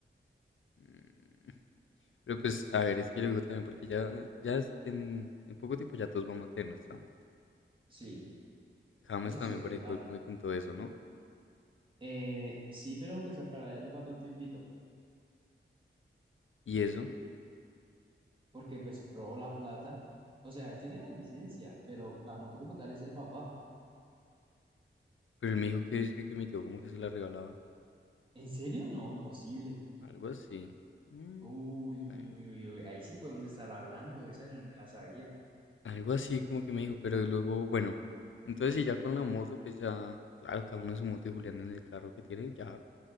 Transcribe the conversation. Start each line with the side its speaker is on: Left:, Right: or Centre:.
Left: Mm, Pero pues, a ver, es que luego también, porque ya, ya es- en, en poco tiempo ya todos vamos a tener nuestra moto.
Right: Sí,
Left: James
Right: eso
Left: también
Right: sí es verdad.
Left: por ahí creo que me contó eso, ¿no?
Right: Eh, sí, pero pues para él le falta un tiempito,
Left: Y eso,
Right: porque pues probó la plata. O sea, él tiene la licencia, pero la moto como tal es del papá.
Left: pero él me dijo que, es que, que mi tío como que se la regalaba.
Right: ¿En serio? No, imposible.
Left: Algo así. Mm,
Right: Uy, uy,
Left: bueno.
Right: uy, uy, uy, ahí sí podemos estar hablando, esa yo no me la sabía.
Left: Algo así como que me dijo, pero luego, bueno. Entonces, si ya con la moto, pues ya, claro, cada uno en su moto y Julián en el carro que tiene, ya.